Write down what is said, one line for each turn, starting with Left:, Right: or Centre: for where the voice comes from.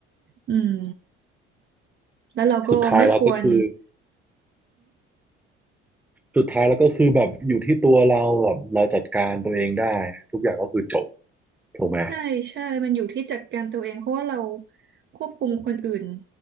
Right: อืมแล้วเราก็ไม่ควร
Centre: สุดท้ายแล้วก็คือสุดท้ายแล้วก็คือแบบอยู่ที่ตัวเราแบบเราจัดการตัวเองได้ทุกอย่างก็คือจบถูกไหม
Right: ใช่ใช่มันอยู่ที่จัดการตัวเองเพราะว่าเราควบคุมคนอื่น